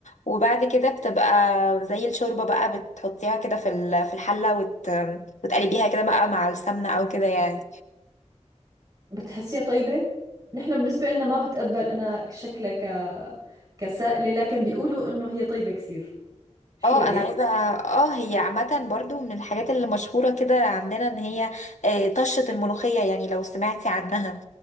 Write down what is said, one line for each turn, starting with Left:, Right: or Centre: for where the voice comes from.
Left: وبعد كده بتبقى زي الشوربة بقى بتحطيها كده في ال- في الحلة وت... وتقلبيها كده بقى مع السمنة او كده يعني
Right: بتحسيها طيبة نحن بالنسبة لنا ما بتقبل أنا شكلها ك كسائلة لكن بيقولوا إنه هي طيبة كثير شو
Left: اه
Right: رأيك؟
Left: انا عايزه اه هي عامه برضو من الحاجات اللي مشهوره كده عندنا ان هي آه، طشه الملوخيه يعني لو سمعتي عنها